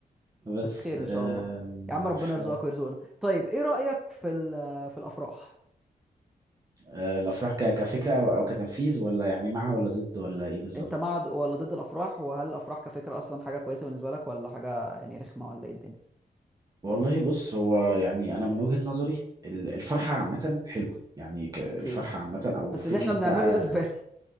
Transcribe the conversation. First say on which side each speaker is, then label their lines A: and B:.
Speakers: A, on the right; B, in the centre.
A: بس
B: بس خير ان شاء
A: آه،
B: الله يا عم ربنا
A: ف
B: يرزقك ويرزقنا طيب ايه رأيك في ال- في الافراح
A: آه، الافراح ك- كفكره او أو كتنفيذ ولا يعني مع ولا ضد ولا ايه بالظبط
B: انت مع د- ولا ضد الافراح وهل الافراح كفكرة اصلا حاجة كويسة بالنسبة لك ولا حاجة يعني رخمة ولا ايه الدنيا
A: والله بص هو يعني انا من وجهه نظري ال- الفرحه عامه حلوه يعني ك- الفرحه
B: اكيد
A: عامه او
B: بس
A: فكره
B: اللي احنا بنعمله
A: بقى
B: ده زبالة